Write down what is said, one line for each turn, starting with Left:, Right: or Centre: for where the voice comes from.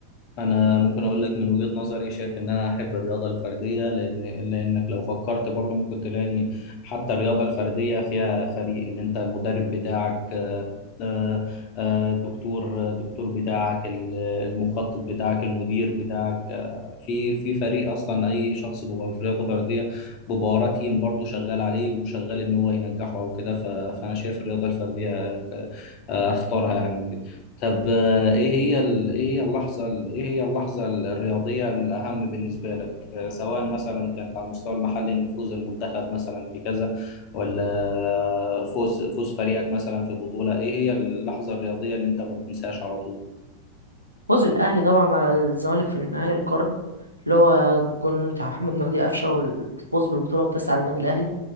Left: انا ممكن اقول لك من وجهة نظري شايف ان انا احب الرياضه الفرديه لان لانك لو فكرت برضه ممكن تلاقي ان حتى الرياضه الفرديه فيها فريق ان انت المدرب بتاعك آه، آه، آه، الدكتور الدكتور بتاعك ال- المخطط بتاعك المدير بتاعك آه، في في فريق اصلا اي شخص بيبقى في رياضه فرديه بيبقى وراه تيم برضه شغال عليه وشغال ان هو ينجحه او كده ف- فانا شايف الرياضه الفرديه آه، اختارها يعني وكده طب آه، ايه هي ال- ايه هي اللحظة ال- ايه هي اللحظة الرياضية الأهم بالنسبة لك آه، سواء مثلا كانت على المستوى المحلي ان فوز المنتخب مثلا في كذا ولا آه، فوز فوز فريقك مثلا في بطولة ايه هي اللحظة الرياضية اللي انت ما بتنساهاش على طول
Right: فوز الأهلي طبعا على الزمالك في نهائي القرن اللي هو جون بتاع محمد مجدي قفشة والفوز بالبطولة التاسعة للنادي الأهلي